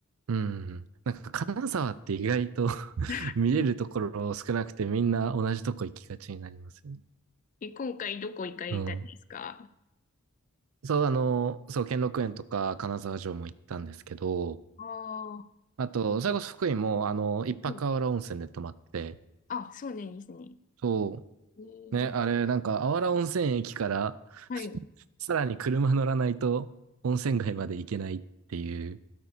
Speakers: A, on the right (about 70°); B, on the left (about 35°).
A: うん。なんか金沢って意外と <laughs>
B: <laughs>
A: 見れるところ少なくてみんな同じとこ行きがちになりますよね。
B: え、今回どこ行かれたんですか
A: うん。そう、あの、そう、兼六園とか金沢城も行ったんですけど、
B: ああ、は
A: あと、それこそ福井も、あの、一泊あわら温泉で泊まって、
B: いあ、そうなんですね。
A: そ
B: えー
A: う、ね、あれ、なんか、あわら温泉駅から
B: はい。
A: <laughs> さらに車乗らないと温泉街まで行けないっていう、